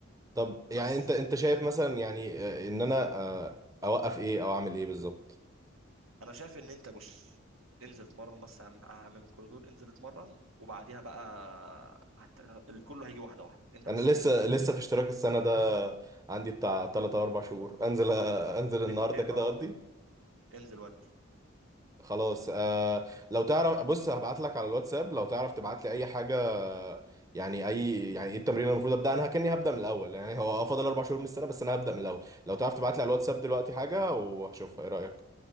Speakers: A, on the right; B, on the right.
A: طب يعني
B: بس
A: انت انت شايف مثلا يعني اه، ان انا اه، اوقف ايه او اعمل ايه بالظبط
B: انا شايف ان انت بص انزل اتمرن بس اهم اهم من كل دول انزل اتمرن وبعديها بقى هت... الكل هيجي واحده واحده انت
A: انا
B: بس
A: لسه
B: انزل اتمرن
A: لسه في اشتراك السنه ده عندي بتاع 3 او 4 شهور انزل انزل النهارده
B: ان... إن-
A: كده
B: اه
A: اقضي
B: انزل ودي
A: خلاص آه لو تعرف بص هبعت لك على الواتساب لو تعرف تبعت لي اي حاجه يعني اي يعني ايه التمرين اللي المفروض ابدا انا كاني هبدا من الاول يعني هو فاضل اربع شهور من السنه بس انا هبدا من الاول لو تعرف تبعت لي على الواتساب دلوقتي حاجه وهشوفها ايه رايك